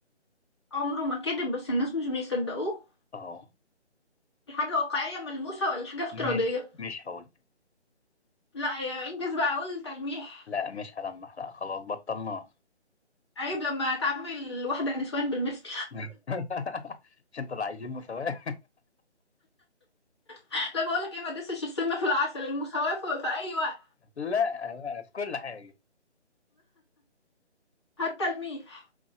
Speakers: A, on the left; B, on the left.
A: عمره ما كذب بس الناس مش بيصدقوه
B: اه
A: دي حاجة واقعية ملموسة ولا حاجة افتراضية
B: مش مش هقول
A: لا يا انجز بقى اقول تلميح
B: لا مش هلمح لا خلاص بطلناه
A: عيب لما تعمل واحدة نسوان بالمثل
B: <laughs> مش انتوا اللي عايزين مساواة
A: <laughs> لا بقولك ايه ما تدسش السم في العسل المساواة في في اي وقت
B: لا بقى في كل حاجة
A: <laughs> هات تلميح